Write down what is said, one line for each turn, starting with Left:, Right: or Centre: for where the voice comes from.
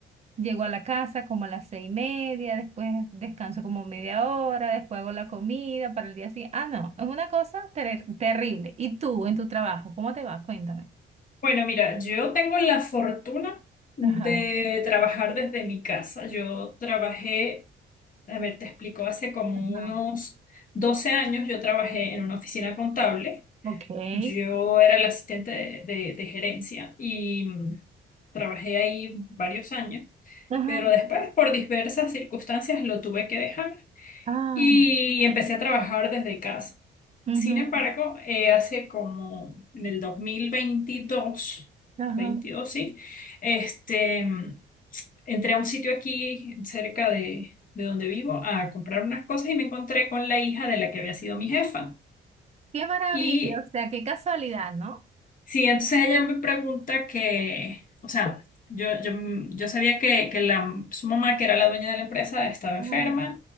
Right: Llego a la casa como a las seis y media, después descanso como media hora, después hago la comida para el día siguiente. Ah, no, es una cosa ter- terrible. ¿Y tú en tu trabajo? ¿Cómo te va? Cuéntame.
Left: Bueno, mira, yo tengo la fortuna de
Right: Ajá,
Left: trabajar desde mi casa. Yo trabajé, a ver, te explico, hace como
Right: ajá,
Left: unos 12 años yo trabajé en una oficina contable.
Right: ok.
Left: Yo era la asistente de, de- de gerencia y mm, trabajé ahí varios años,
Right: Ajá,
Left: pero después por diversas circunstancias lo tuve que dejar
Right: ah,
Left: y empecé a trabajar desde casa.
Right: ujú,
Left: Sin embargo, eh, hace como en el dos mil veintidós
Right: ajá.
Left: veintidós sí, este, entré a un sitio aquí cerca de, de donde vivo a comprar unas cosas y me encontré con la hija de la que había sido mi jefa.
Right: Qué maravilla,
Left: Y
Right: o sea, qué casualidad, ¿no?
Left: Sí, entonces ella me pregunta que, o sea, yo, yo, yo sabía que, que la, su mamá, que era la dueña de la empresa, estaba enferma.
Right: Ajá.